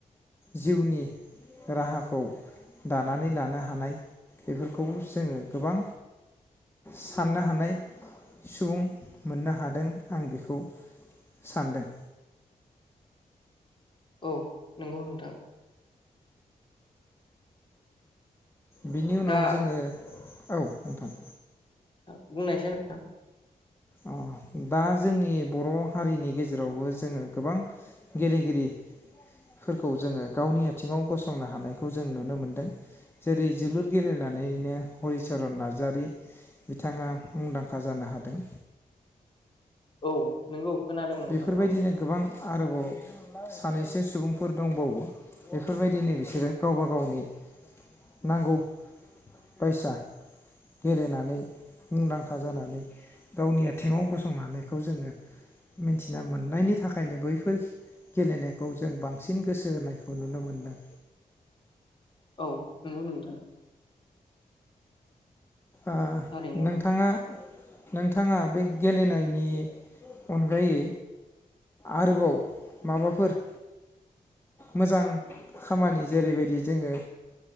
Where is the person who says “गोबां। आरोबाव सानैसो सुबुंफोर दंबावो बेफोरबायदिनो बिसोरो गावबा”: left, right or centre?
Left